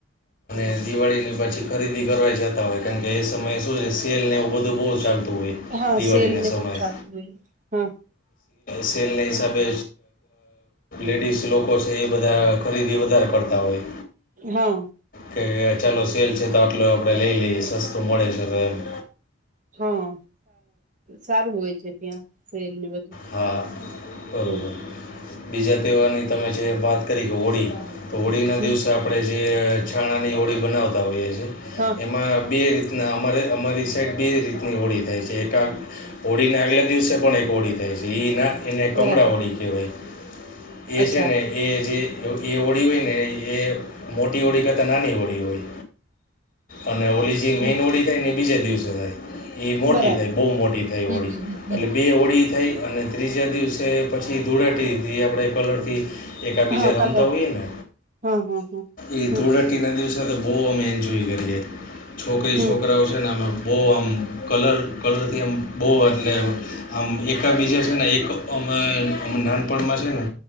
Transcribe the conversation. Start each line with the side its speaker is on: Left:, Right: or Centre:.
Left: અને દિવાળીની પાછી ખરીદી કરવા જતા હોય કારણ કે એ સમયે શું છે સેલને એવું બધું બહુ ચાલતું હોય.
Right: હા
Left: દિવાળીના
Right: સેલને
Left: સમયે
Right: બહચાાલતું હોય હા.
Left: સેલના હિસાબે લેડીઝ લોકો છે એ બધા ખરીદી વધારે કરતા હોય.
Right: હા.
Left: કે ચાલો સેલ છે તો આટલો આપણે લઈ લઈએ સસ્તું મળે છે તો એને
Right: હા સારું હોય છે ત્યાં સેલ ને બધું
Left: હા. બરોબર
Right: હમ
Left: બીજા તહેવારની તમે જે વાત કરી કે હોળી તો હોળીના
Right: હમ
Left: દિવસે આપણે આપણેે જે છાણાની હોળી બનાવતા હોઈએ
Right: હા.
Left: એમાં બે રીતના અમારે અમારી સાઈડ બે રીતની હોળી થાય છે એક આ ઓળી ના આગલા દિવસે પણ એક હોળી થાય છે એ ના એને કમળા
Right: બરાબર
Left: ઓળી કહેવાય એ
Right: અચ્છા
Left: છે ને એ જે એ ઓળી હોય ને એ મોટી હોળી કરતા નાની હોળી હોય. અને હોળી જે
Right: હમ
Left: મેઈન હોળી થાય અને બીજા દિવસે થાય. એ મોટી
Right: બરાબર
Left: થઈ બહુ મોટી થઈ
Right: હમ
Left: હોળી
Right: હમ
Left: એટલે બે હોળી થઈ અને ત્રીજા દિવસે પછી ધોળટી દીધી આપણે કલરથી એકા બીજા
Right: હા
Left: રમતા
Right: કલર
Left: હોઈએ ને
Right: હા હા હા
Left: એ
Right: હમ
Left: ધૂળટીના દિવસે તો બહુ અમે એન્જોય કરીએ. છોકરી
Right: હમ
Left: છોકરાઓ છે ને અમે બહુ આમ કલર કલરથી આમ બધા એટલે આમ એકબીજા છે ને એક અમે અ નાનપણમાં છે ને